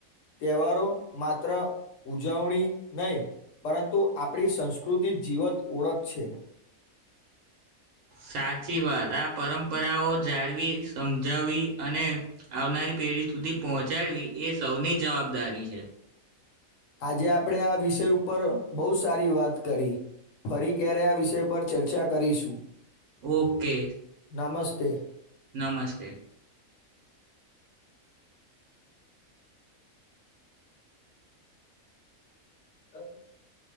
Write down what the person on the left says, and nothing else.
તહેવારો માત્ર ઉજવણી નહી. પરંતુ આપણી સંસ્કૃતિ જીવંત ઓળખ છે.
આજે આપણેે આ વિષય ઉપર બહુ સારી વાત કરી. ફરી ક્યારે આ વિષય પર ચર્ચા કરીશું.
નમસ્તે.
હા.